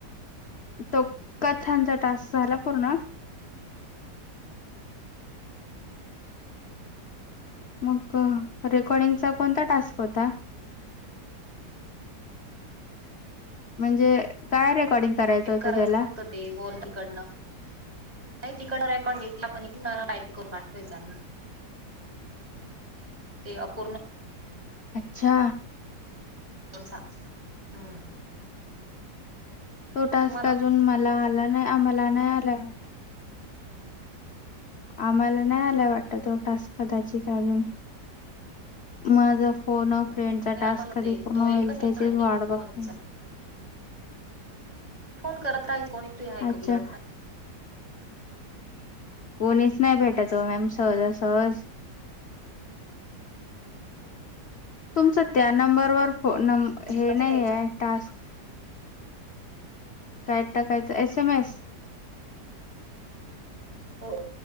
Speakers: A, on the left; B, on the right.
A: तो कथांचा टास्क झाला पूर्ण मग रेकॉर्डिंगचा कोणता टास्क होता. म्हणजे काय रेकॉर्डिंग
B: टप
A: होतं
B: करायचं
A: त्याला
B: फक्त ते वॉल तिकडनं नाही तिकडं रेकॉर्ड घेतला पण इ नना काईप करून पाठवायचंना ते अपूर्ण
A: अच्छा
B: को हम्म
A: तो टस्क
B: तुम्हाला
A: अजून मला आला नाही आम्हाला नाही आलाय वाटत. आम्हाला नाही आला वाटत तो टास्क कदाचित अजून माझा फोन
B: नाही
A: फ्रेंडचा टास्क
B: आम्हाला
A: कधी
B: ते
A: पूर्ण
B: तो एक
A: होईल
B: आणि
A: त्याचीच
B: हा
A: वाढ
B: एक फोनचा
A: बघते.
B: फोन करत राहाय कोणी तू ऐकरत
A: अच्छा
B: राहा.
A: कोणीच नाही भेटतो
B: राहायचं
A: मॅम सहजासहज
B: अ
A: तुमच त्या नंबरवर हे
B: टाकून
A: नाही
B: द्यायचा
A: आहे टास्क काय टाकायचं एस एमएस
B: हो